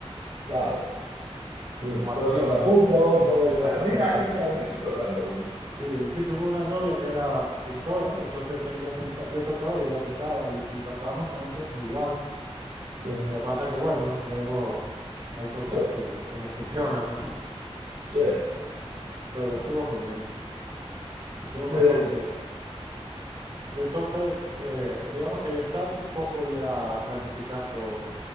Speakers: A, on the right (about 85°); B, on the right (about 50°).
A: Claro. Eh,
B: O
A: Puedes
B: artistas,
A: tocar juntos, puedes.
B: exactamente.
A: eh, Mira, esto has visto, claro. eh,
B: Sí, sí, tuve una novia que era eh, pintora, entonces ella pinta, yo tocaba y ella pintaba y, y pasábamos momentos muy guays.
A: eh,
B: Lo que pasa que, bueno, luego hay cosas
A: Sí,
B: que, que no funcionan,
A: sí,
B: <laughs> pero estuvo muy bien. Estuvo mejor
A: sí, eso.
B: que, Y entonces, eh, digamos que ahí estás un poco ya planificando